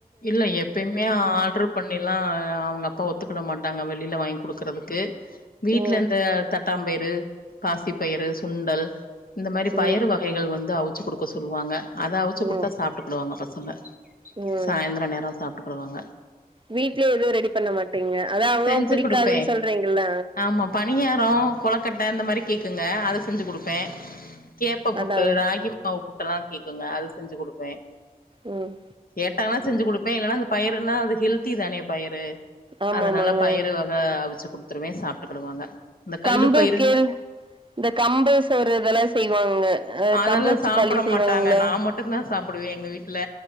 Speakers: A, on the left (about 65°); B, on the right (about 30°).
A: இல்ல எப்பயுமே ஆர்டரு பண்ணிலா அவுங்க அப் பா ஒத்துக்கிட மாட்டாங்க வெளியில வாங்கி குடுக்கறதுக்கு வீட்ல
B: ம்
A: அந்த தட் பத்தாம்பயிறு பாசிப்பயிறு சுண்டல் இந்த மாரி பயறு
B: ம்
A: வகைகள் வந்து அவுச்சு குடுப் க சொல்லுவாங்க அத அவுச்சு குடுத்தா
B: ம்
A: சாப்ட்டுக்கிடுவாங்க பசங்க
B: ம்
A: சாய்ந்திர நேரோ சாப்ட்டுக்கிடுவாங்க
B: வீட்லயே எதுவு ரெடி பண்ண மாட்டீங்க அதா அவ்ளோவா
A: செஞ்சு
B: புடிக்காதுன்
A: குடுப்பே
B: சொல்றீங்கல்ல
A: ஆமா பணியாரோ கொலக்கட்டை இந்த மாரி கேக்குங்க அத செஞ்சு குடுப்பே கேப்ப புட்டு
B: அதா
A: ராகி மாவு புட்டல்லா கேக்குங்க அத செஞ்சு குடுப்பே
B: ம்
A: கேட்டாங்கன்னா செஞ்சு குடுப்பே இல்லன்னா இந்த பயிர்னா அது ஹெல்தி தானே பயரு
B: ஆமா
A: அதனால
B: ஆமாங்க
A: பயிரு வக அவிச்சு குடுத்துருவே சாப்ட்டுக்கிடுவாங்க இந்த கல்லு
B: கம்பு
A: பயிருன்
B: கேழ் இந்த கம்பு சோறு இதெல்லா செய்வாங்க
A: அதெல்லா
B: கம்பு வச்சு
A: சாப்ட
B: களி செய்வாங்கள
A: மாட்டாங்க நா மட்டுந்தா சாப்டுவே எங்க வீட்ல